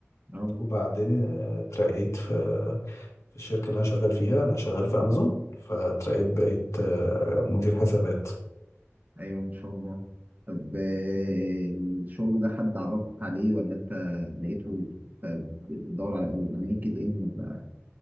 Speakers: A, on the right; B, on the left.
A: اه
B: وبعدين آه، اترقيت في في الشركة اللي انا شغال فيها انا شغال في امازون فاترقيت بقيت آه، مدير حسابات
A: ايوه ان شاء الله طب آه، الشغل ده حد عرفك عليه ولا انت لقيته انت بتدور على على لينكد ان ولا